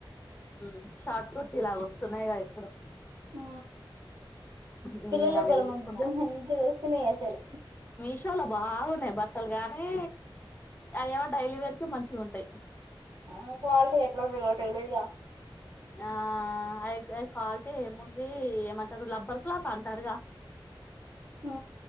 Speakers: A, on the left; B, on the right.
A: మ్ షార్ట్ కుర్తి లాగ వస్తున్నాయిగా ఇప్పుడు
B: అ
A: మ్మ్
B: పిల్లల
A: అవి
B: బలే
A: తీసుకుంటా
B: ముద్దు మంచిగోస్తున్నాయి అసలు
A: మీషోలో బాగున్నాయి బట్టలు గానీ అయ్యేమో డైలీ వేర్కే మంచిగా ఉంటాయి
B: అ క్వాలిటీ ఎట్లాంటిదో తెలిదుగా
A: ఆ అవి అవి కాల్టి ఏముంది ఏమం టర్ రబ్బర్ క్లాత్ అంటారుగా
B: అ